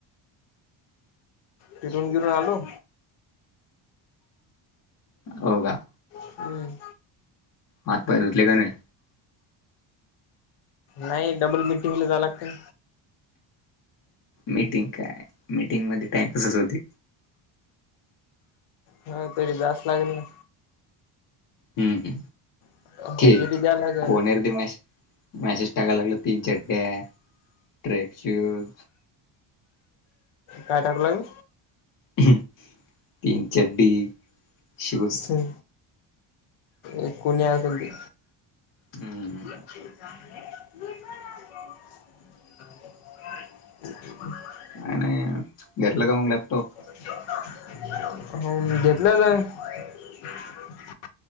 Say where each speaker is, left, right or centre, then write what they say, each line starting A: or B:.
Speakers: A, on the left; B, on the left.
A: फिरून बिरून आलो.
B: हो का?
A: हम्.
B: हात पाय धुतले का नाही?
A: नाही डबल मिटिंगला जायला लागतंय.
B: मीटिंग काय मिटिंग मध्ये टाईम पासच होतय.
A: हो तरी जाच लागेल ना?
B: हम्म
A: ना
B: ठीक
A: हजेरी द्या लागेल
B: कोणते प्रिमाइस मॅशिस टाकाय लागलोय, तीन चड्ड्या, ट्रेक शूज
A: काय टाकू लागला?
B: तीन चड्डी. शूज
A: ह एक कुणीया असती.
B: हम्.
A: <unintelligible>
B: का नाही घेतलं का मग लॅपटॉप.
A: <inaudible> हम्म घेतलं काय? <unintelligible>